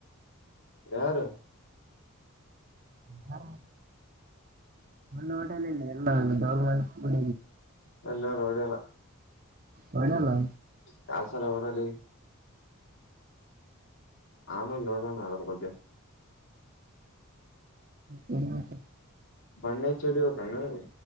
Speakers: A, on the left; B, on the right.
A: ಯಾರು.
B: ಹಾ. ಹೋಟಲಲ್ಲಿ. ನಾ ಇಲ್ಲ ಬಿಡ
A: ಎಲ್ಲ ನೋಡಲ್ಲ
B: ಹೊಡಲ್ಲ
A: ಕಾಸಾನ ಅವರಲ್ಲಿ ಆಮೇಲೆ ನೋಡೋಣ ಅದ್ರ ಬಗ್ಗೆ
B: ನ
A: ಬಣ್ಣೆ ಚೂಡಿ ಹೋಗಣ ನಂಗೆ